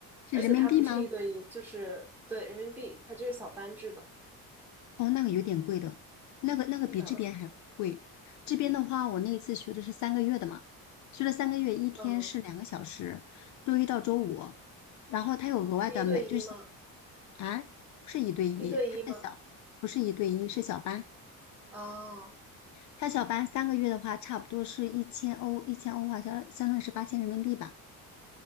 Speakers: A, on the left (about 55°); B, in the centre.
A: 是人民币吗？
B: 而且它不是一对一，就是对人民币，它就是小班制的。
A: 哦，那个有点贵的，那个那个比这边还贵。
B: 是的，
A: 这边的话，我那一次学的是三个月的嘛，学了三个月，一天是两个小时，
B: 嗯，
A: 周一到周五，然后他有额外的每就是
B: 是一对一吗？
A: 啊，不是一对一，
B: 一对一吗？
A: 他是小，不是一对一，是小班。
B: 哦，
A: 他小班三个月的话，差不多是一千欧，一千欧的话相相当于是八千人民币吧。